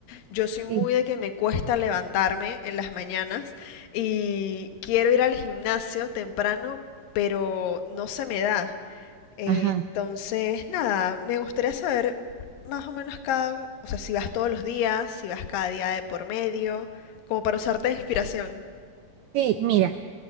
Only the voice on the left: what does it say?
Yo soy muy
de que me cuesta levantarme en las mañanas y quiero ir al gimnasio temprano, pero no se me da. Eh,
Entonces, nada, me gustaría saber más o menos cada, o sea, si vas todos los días, si vas cada día de por medio, como para usarte de inspiración.